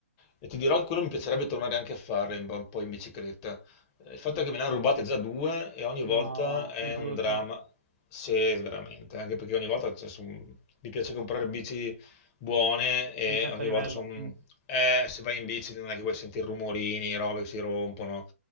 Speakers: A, on the left (about 30°); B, on the right (about 75°).
A: E ti dirò che quello mi piacerebbe tornare anche a fare un po' un po' in bicicletta. Eh, Il fatto è che me ne hanno rubate già due e ogni volta
B: No,
A: è
B: che brutto.
A: un dramma. Sì, veramente, anche perché ogni volta cioè, su- mi piace comprare bici buone e
B: Di un certo
A: ogni
B: livello.
A: volta sono...
B: Mm.
A: Eh, se vai in bici non è che vuoi sentire rumorini, robe che si rompono